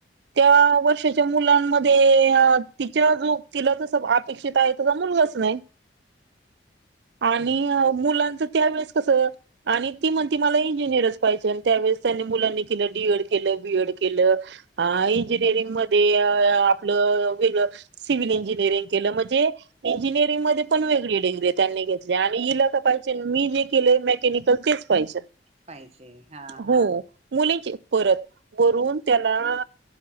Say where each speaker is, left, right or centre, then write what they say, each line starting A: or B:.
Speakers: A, on the right (about 70°); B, on the right (about 35°).
A: त्या वर्षाच्या मुलांमध्ये तिच्या जो तिला जस अपेक्षित आहे तस मु नाही आणि मुलांच त्या वेळेस कसं आणि ती म्हणते मला इंजिनियरच पाहिजे आणि त्यावेळेस त्यांनी मुलांनी केलं डी. एड. केलं बी. एड. केलं अ इंजिनिअरिंगमध्येध्ये आपलं वेगळं सिव्हल इंजिनिअरिंग केलं म्हणजे इंजिनिअरिंग मध्ये पण वेगळी डग्री त्यांनी घेतली आणि हिला का पाहिजे मी जे केले मेकॅनिक तर तेच पाहिजे
B: पाहिजे हा
A: हो
B: हा
A: मुलीची परत वरून त्याला